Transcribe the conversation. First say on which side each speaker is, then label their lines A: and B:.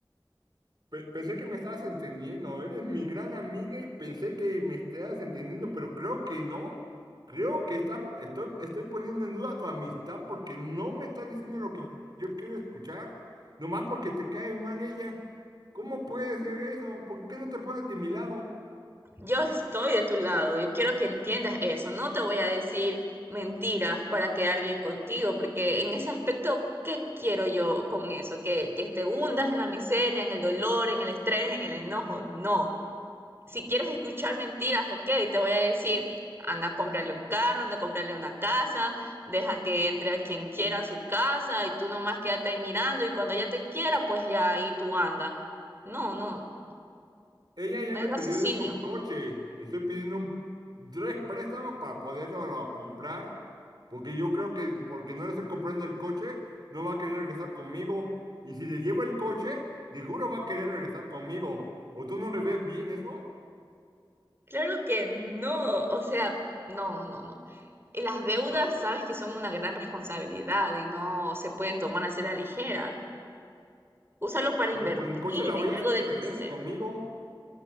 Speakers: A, on the right (about 55°); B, on the right (about 25°).
A: Pe- Pensé que me estabas entendiendo, eres mi gran amiga y pensé que me estabas entendiendo, pero creo que no. Creo que está, estoy, estoy poniendo en duda tu amistad porque no me estás diciendo lo que yo quiero escuchar, nomás porque te cae mal ella. ¿Cómo puede ser eso? ¿Por qué no te pones de mi lado?
B: Yo estoy de tu lado, yo quiero que entiendas eso, no te voy a decir mentiras para quedar bien contigo, porque en ese aspecto, ¿qué quiero yo con eso? Que, que te hundas en la miseria, en el dolor, en el estrés, en el enojo, no. Si quieres escuchar mentiras, ok, te voy a decir, anda a comprarle un carro, anda a comprarle una casa, deja que entre a quien quiera a su casa y tú nomás quédate ahí mirando y cuando ella te quiera, pues ya ahí tú anda. No, no,
A: Ella ya
B: no
A: me
B: hay raciocinio.
A: pidió, de hecho, un coche. Estoy pidiendo un- tres préstamos para poderlo lo- comprar. Porque yo creo que porque no le estoy comprando el coche, no va a querer regresar conmigo. Y si le llevo el coche, seguro va a querer regresar conmigo. ¿O tú no le ves bien eso?
B: Claro que no, o sea, no, no, no. Y Las deudas sabes que son una gran responsabilidad y no se pueden tomar así a la ligera. Úsalo para
A: Pero
B: invertir
A: con el coche la
B: en
A: voy a
B: algo
A: hacer
B: de
A: que regrese
B: crecer.
A: conmigo.